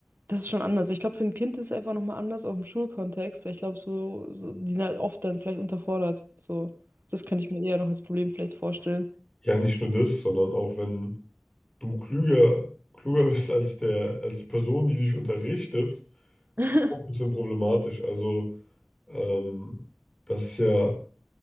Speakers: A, on the right; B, on the left.
A: das ist schon anders. Ich glaube, für ein Kind ist es einfach nochmal anders, auch im Schulkontext, weil ich glaube, so, so, die sind halt oft dann vielleicht unterfordert. So, das könnte ich mir eher noch als Problem vielleicht vorstellen.
B: ja, nicht nur das, sondern auch wenn du klüger, klüger <laughs> bist als der, als die Person, die dich unterrichtet,
A: <laughs>
B: ist es auch ein bisschen problematisch. Also, ähm, das ist ja,